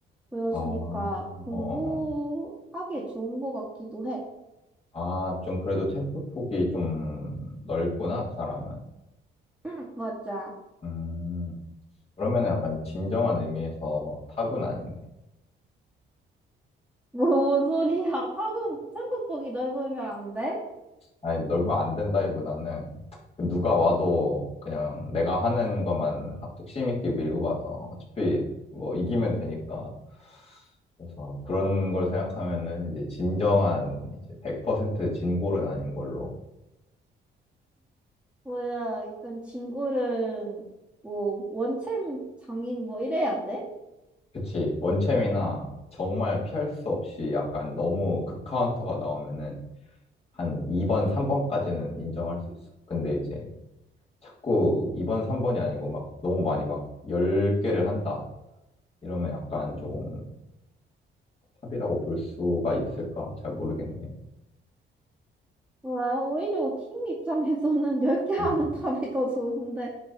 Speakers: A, in the centre; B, on the left.
A: 보여주니까
B: 아,
A: 공부하기에
B: 어어어.
A: 좋은 것 같기도 해.
B: 아, 좀 그래도 챔프 폭이 좀 넓구나, 그 사람은.
A: 응, 맞아. <laughs>
B: 음, 그러면은 약간 진정한 의미에서 탑은 아니네.
A: 뭐, 뭔 소리야. 탑은 챔프 폭이 넓으면 안 돼?
B: 아니, 넓으면 안 된다기보다는 그 누가 와도 그냥 내가 하는 것만 하- 뚝심 있게 밀고 가서 어차피 뭐 이기면 되니까. 그래서 그런 걸 생각하면은 이제 진정한 이제 100% 진골은 아닌 걸로.
A: 뭐야, 약간 진골은 뭐, 원챔 장인 뭐 이래야 돼?
B: 그치. 원챔이나 정말 피할 수 없이 약간 너무 극카운터가 나오면은 한 2번, 3번까지는 인정할 수 있어. 근데 이제 자꾸 2번, 3번이 아니고 막 너무 많이 막 10개를 한다. 이러면 약간 조금 탑이라고 볼 수가 있을까? 잘 모르겠네.
A: 와, 오히려 팀 입장에서는 <laughs> 10개 하는
B: 음.
A: 답이 더 좋은데,